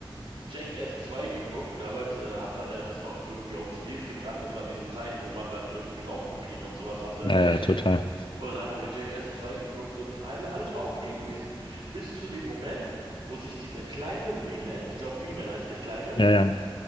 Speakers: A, on the right (about 70°); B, on the left (about 60°).
A: Jackass 2 geguckt. Damals äh, hat man ja das noch irgendwie auf CDs gebrannt. Das war diese Zeit, wo man dann irgendwie Raubkopien und sowas hatte.
B: Naja, total.
A: Und dann haben wir Jackass 2 geguckt und alle- alles war okay gewesen, bis zu dem Moment, wo sich dieser kleine Wee-Man, ich glaube Wee-Man heißt der Kleine,
B: Ja, ja.